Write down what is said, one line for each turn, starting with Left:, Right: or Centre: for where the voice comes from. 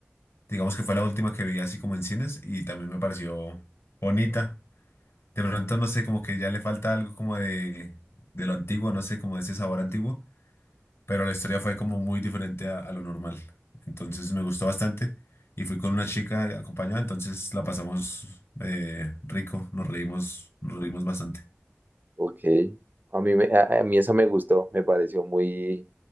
Left: Digamos que fue la última que vi así como en cines y también me pareció bonita. De pronto, no sé, como que ya le falta algo como de, de lo antiguo, no sé, como de ese sabor antiguo. pero la historia fue como muy diferente a, a lo normal. Entonces me gustó bastante y fui con una chica acompañada, entonces la pasamos eh, rico, nos reímos, nos reímos bastante.
Right: Ok. A mí, me, a, a mí esa me gustó, me pareció muy,